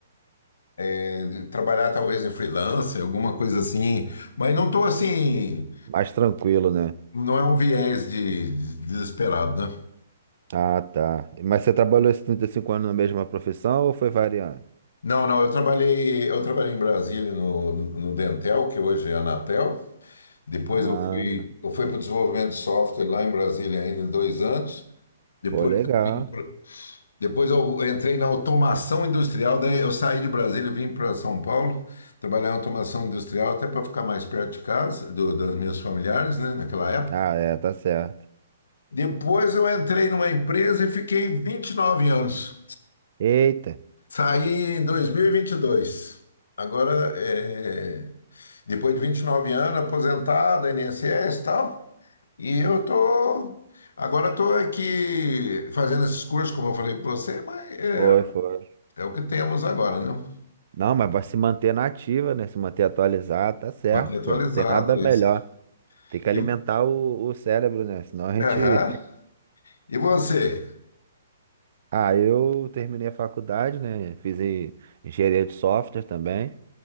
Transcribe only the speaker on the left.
é, é trabalhar talvez em freelancer, alguma coisa assim, mas não estou assim
Não é um viés de, de- desesperado, né?
Não, não, eu trabalhei, eu trabalhei em Brasília no, no, no Dentel, que hoje é a Anatel. Depois
eu fui, eu fui para o desenvolvimento de software lá em Brasília ainda em dois anos. Depois
eu, vim pra- depois eu entrei na automação industrial, daí eu saí de Brasília e vim para São Paulo, trabalhar em automação industrial até para ficar mais perto de casa, do, dos meus familiares, né, naquela época.
Depois eu entrei numa empresa e fiquei 29 anos.
Saí em dois mil e e vinte e dois. Agora, é, depois de 29 anos, aposentado, INSS e tal, e eu tô... Agora estou aqui fazendo esses cursos, como eu falei para você, mas é,
é o que temos agora, né?
Manter atualizado
isso.
E,
aham.
E você?